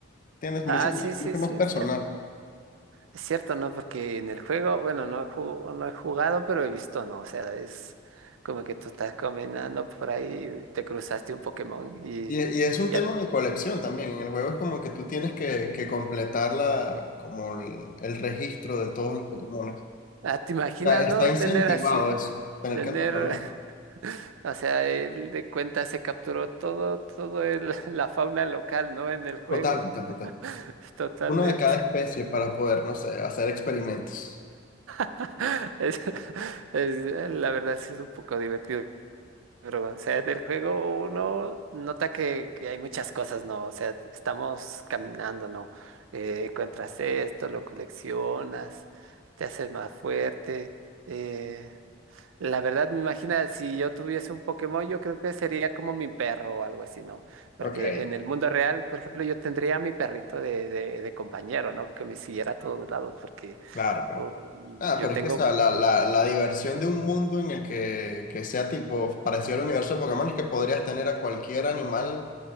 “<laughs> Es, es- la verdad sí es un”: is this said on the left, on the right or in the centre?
Right